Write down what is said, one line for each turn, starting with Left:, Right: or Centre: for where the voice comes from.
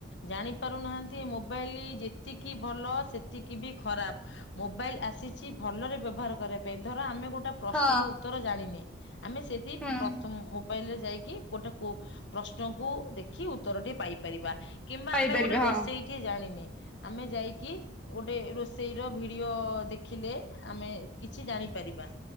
Left: ଜାଣି ପାରୁନାହାନ୍ତି, ଏ ମୋବାଇଲ ଯେତିକି ଭଲ ସେତିକି ବି ଖରାପ। ମୋବାଇଲ ଆସିଛି, ଭଲରେ ବ୍ୟବହାର କରିବା ପାଇଁ, ଧର ଆମେ ଗୋ ଗୋଟେ ପ୍ରଶ୍ନର
Centre: ହଁ
Left: ଉତ୍ତର ଜାଣିନେ, ଆମେ ସେଠି
Centre: ହୁଁ
Left: ପ୍ରଥମ ମୋବାଇଲରେ ଯାଇକି, ଗୋଟେକୁ ପ୍ରଶ୍ନକୁ ଦେଖି ଉତ୍ତରଟେ ପାଇପାରିବା। କିମ୍ବା
Centre: ପାଇପାରିବେ
Left: ଆମେ ଗୋଟେ ରୋଷେଇ
Centre: ହଁ
Left: କି ଜାଣିନେ, ଆମେ ଯାଇକି ଗୋଟେ ରୋଷେଇର ଭିଡିଓ ଦେଖିଲେ, ଆମେ କିଛି ଜାଣିପାରିବା।